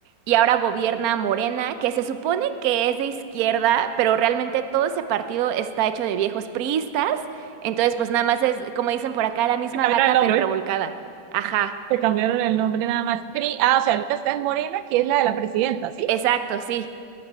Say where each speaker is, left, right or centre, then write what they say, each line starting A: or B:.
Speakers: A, on the right; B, on the right.
A: Y ahora gobierna Morena, que se supone que es de izquierda, pero realmente todo ese partido está hecho de viejos priistas. Entonces, pues nada más es, como dicen por acá, la misma
B: Te cambiaron
A: gata,
B: el nombre,
A: pero revolcada. Ajá,
B: te cambiaron el nombre nada más. Pri- ah, o sea, ahorita está en Morena, que es la de la presidenta, ¿sí?
A: exacto, sí.